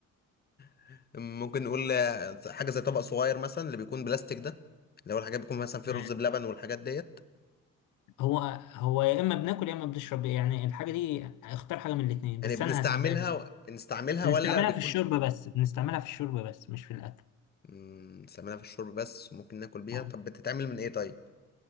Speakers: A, on the left; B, on the left.
A: <laughs> ممكن نقول آه، حاجة زي طبق صغير مثلا اللي بيكون بلاستيك ده اللي هو الحاجات بيكون مثلا فيه
B: آه،
A: رز بلبن والحاجات ديت
B: هو هو يا اما بناكل يا اما بنشرب يعني الحاجه دي اختار حاجه من الاثنين بس
A: يعني بنستعملها
B: انا هسألها لك
A: بنستعملها
B: بنستعملها
A: ولا بيكون
B: في الشرب بس بنستعملها في الشرب بس مش في الاكل
A: مم، بنستعملها في الشرب بس وممكن ناكل بيها
B: اه
A: طب بتتعمل من ايه طيب